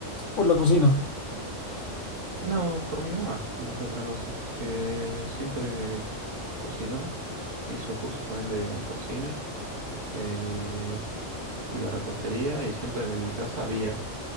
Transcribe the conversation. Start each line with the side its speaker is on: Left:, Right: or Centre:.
Left: por la cocina.
Right: No, por mi mamá, más que otra cosa. Que siempre cocinó. Hizo cursos también de cocina eh, y de repostería. Y siempre en mi casa había